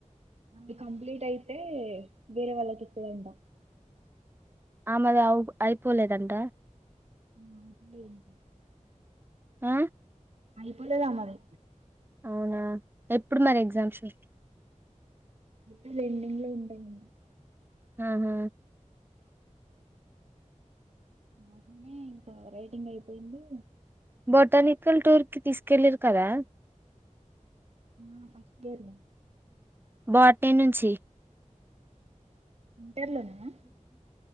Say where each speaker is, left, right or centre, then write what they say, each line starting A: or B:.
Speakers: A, on the right; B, on the right.
A: అది కంప్లీట్ అయితే వేరే వాళ్ళకి ఇస్తుందంట.
B: ఆమెది అయిపోలేదంట
A: అది <unintelligible>
B: ఉ
A: అయిపోలేదా మరి
B: అవునా ఎప్పుడు మరి ఎగ్జామ్స్ మీకు
A: ఆ ఎండింగ్ లో ఉన్నానేను.
B: ఉ హూ
A: మార్నింగే ఇంకా రైటింగ్ అయిపోయింది.
B: బొటానికల్ టూర్ కి తీసుకెళ్లిరు కదా.
A: ఆ ఫస్టియర్
B: బాట్ని నుంచి
A: ఇంటర్లోనా